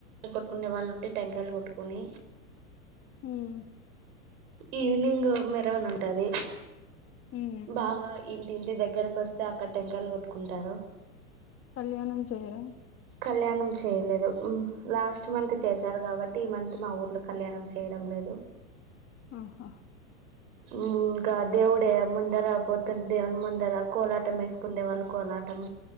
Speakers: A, on the right; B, on the left.
A: కొట్టుకునే వాళ్ళు ఉంటే టెంకాయలు కొట్టుకుని
B: ఉమ్
A: ఈవినింగ్ మెరవనీ ఉంటుంది
B: ఉమ్
A: బాగా ఇంటింటి దగ్గరకు వస్తే అక్కడ టెంకాయలు కొట్టుకుంటారు
B: కళ్యాణం చేయరా
A: కళ్యాణం చేయలేదు లాస్ట్ మంత్ చేశారు కాబట్టి ప్రతి మంత్ మా ఊర్లో కళ్యాణం చేయడం లేదు
B: ఆహ
A: ఇంకా దేవుడే ముందర పోతుంట దేవుని ముందర కోలాటం వేసుకుండే వాళ్ళు కోలాటం